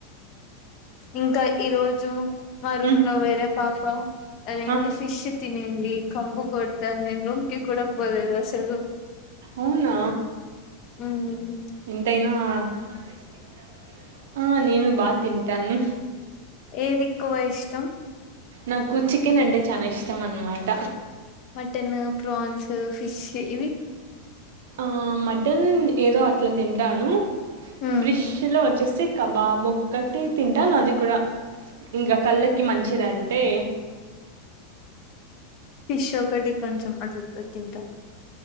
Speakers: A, on the left; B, on the right.
A: ఇంకా ఈ రోజు మా రూమ్
B: మ్మ్
A: లో వేరే పాప్ పా అదేంటి
B: ఆ
A: ఫిష్ తిన్ ఏంది కంపు కొడతాంది నేను రూంకి కూడా పోలేదు అసలు
B: అవునా
A: మ్మ్
B: ఎంతయినా నువు నాన్ వెజ్ తింటావా ఆ నేను బాగా తిన్ టాను
A: ఏది ఎక్కువ ఇష్టం.
B: నాకు చికెన్ అంటే చానా ఇష్టం అన్నమాట.
A: మటన, ప్రాన్స్, ఫిష్ ఇవి
B: ఆ మటన్ ఏదో అట్ల తింటాను.
A: మ్మ్
B: ఫ్రిష్ లో వచ్చేసి కబాబ్ ఒక్కటి తింటాను అది కూడా. ఇంగా కళ్ళకి మంచిదంటే
A: ఫిష్ ఒకటి కొంచెం అట్లాటతింటా.